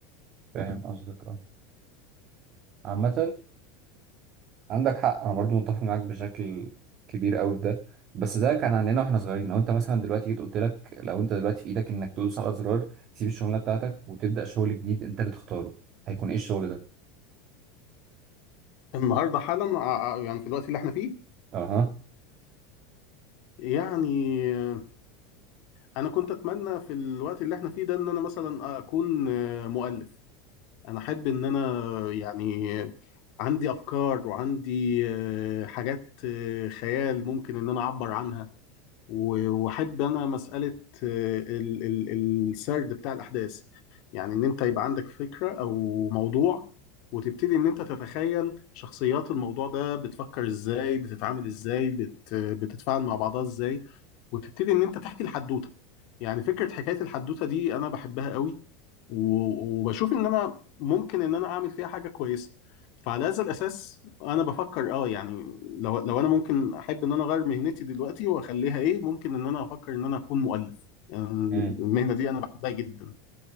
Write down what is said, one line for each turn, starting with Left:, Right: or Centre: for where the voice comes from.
Right: فاهم قصدك اه عامه عندك حق انا برضو متفق معاك بشكل كبير قوي في ده بس ده كان عندنا واحنا صغيرين لو انت مثلا دلوقتي جيت قلت لك لو انت دلوقتي في ايدك انك تدوس على زرار تسيب الشغلانه بتاعتك وتبدا شغل جديد انت اللي تختاره هيكون ايه الشغل ده
Left: النهاردة حالا ع- ع- يعني في الوقت اللي احنا فيه
Right: اها
Left: يعني آه، انا كنت اتمنى في الوقت اللي احنا فيه ده ان انا مثلا اكون آه، مؤلف انا احب ان انا يعني عندي افكار وعندي آه، حاجات آه، خيال ممكن ان انا اعبر عنها و- واحب انا مساله آه، ال- ال- السرد بتاع الاحداث يعني ان انت يبقى عندك فكره او موضوع وتبتدي ان انت تتخيل شخصيات الموضوع ده بتفكر ازاي بتتعامل ازاي بت بتتفاعل مع بعضها ازاي وتبتدي ان انت تحكي الحدوته يعني فكره حكايه الحدوته دي انا بحبها قوي و- وبشوف ان انا ممكن ان انا اعمل فيها حاجه كويسه فعلى هذا الاساس انا بفكر اه يعني لو لو انا ممكن احب ان انا اغير مهنتي دلوقتي واخليها ايه ممكن ان انا افكر ان انا اكون مؤلف يعني
Right: مم.
Left: المهنه دي انا بحبها جدا